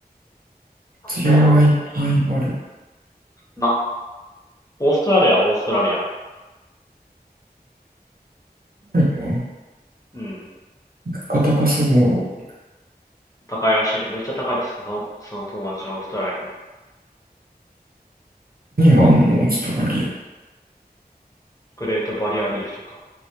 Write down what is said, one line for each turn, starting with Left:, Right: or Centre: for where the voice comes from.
Right: 必要がいっぱいある。
Left: ええほんな、オーストラリアはオーストラリア。
Right: ないよ。
Left: うん。
Right: 物価高そう。
Left: 高いらしいね。めっちゃ高いって言ってたその、その友達のオーストラリアの。
Right: 何があんのオーストラリア。
Left: グレートバリアリーフとか、